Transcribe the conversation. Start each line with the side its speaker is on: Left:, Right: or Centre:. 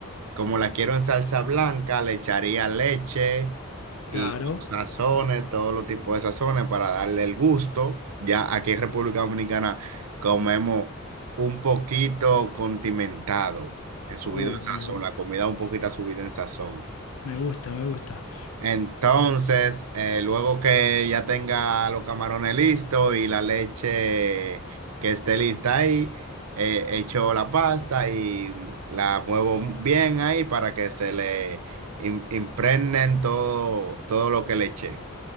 Right: como la quiero en salsa blanca, le echaría leche y
Left: Claro.
Right: los sazones, todos los tipos de sazones para darle el gusto. Ya aquí en República Dominicana comemos un poquito condimentado, en subido
Left: Uh,
Right: en sazón,
Left: me gusta,
Right: la comida un poquito subida en sazón.
Left: me gusta, me gusta.
Right: Entonces, eh, luego que ya tenga los camarones listos y la leche que esté lista ahí, eh, echo la pasta y la muevo bien ahí para que se le im- impregnen todo, todo lo que le eché.